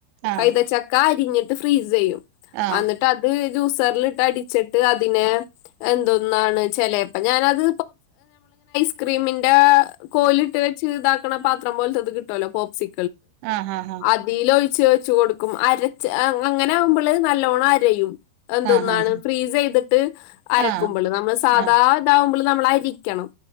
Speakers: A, on the right (about 80°); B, on the left (about 80°).
A: ആഹ്
B: കൈതച്ചക്ക പിഴിഞ്ഞിട്ട് ഫ്രീസ് വെക്കും
A: ആഹ്
B: അന്നിട്ട് അത് പിന്നെ ജ്യൂസ്റിൽ ഇട്ട് അടിച്ചിട്ട് അതിനെ എന്തോന്നണു ചിലപ്പോ ഞാൻ അത് <inaudible> ക്രീമന്റ- കോലിട്ട് വെച്ച് ആ പാത്രം പോലെ കിട്ടുവല്ലോ ബോക്സി
A: ആഹ് ആഹ് ആഹ്
B: അതിലൊരു തേച്ചു കൊടുക്കും അരച്ച് കൊടുക്കും അപ്പോ നല്ലപോലെ അരയും എന്തൊന്നാണ്
A: ആഹ് ആഹ്
B: ഫ്രീസ് ചെയ്തിട്ട് അരക്കുമ്പോൾ
A: ആഹ്
B: നമ്മള് സാധാ
A: ആഹ്
B: ഇതാവുമ്പോൾ നമ്മളായിരിക്കണം